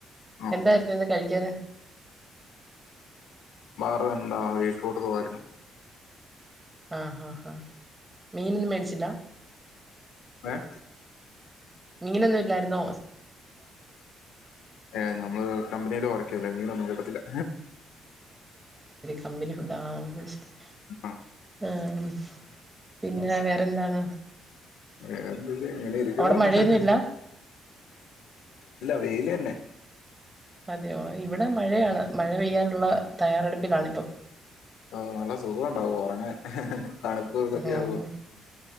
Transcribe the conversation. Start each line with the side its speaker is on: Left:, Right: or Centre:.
Left: ആ
Right: എന്തായിരുന്നുന്ന് കഴിക്കാന്?
Left: പ്പെവെന്താ വീറ്റ്റൂട്ട് തോരനും
Right: ആഹ് അഹ് അഹ് മീനൊന്നും മേടിച്ചില്ലാ
Left: ഏഹ്
Right: മീനൊന്നും ഇല്ലാരുന്നോ
Left: ഏഹ് നമ്മള് കമ്പനില് വർക്കെയുവല്ലേ മീനൊന്നും കിട്ട ത്തില്ലാ
Right: കമ്പിനി ഫുഡാ ആഹ് <unintelligible>
Left: ആ,
Right: ആഹ് പിന്നെ വേറെന്താണ്
Left: വേറെന്ത് ഇങ്ങനെ ഇരിക്കുന്നു
Right: അവടെ മഴയൊന്നുവില്ലാ
Left: വെയിലന്നെ
Right: അതെയോ ഇവടെ മഴയാണ് മഴ പെയ്യാനോള്ള തയ്യാറെടുപ്പിലാണിപ്പം
Left: ആഹ്‌ നല്ല സുഖം ഒണ്ടാവും ഒറങ്ങാൻ തണുപ്പും ഇതൊക്കെയാവുമ്പോ
Right: ഉം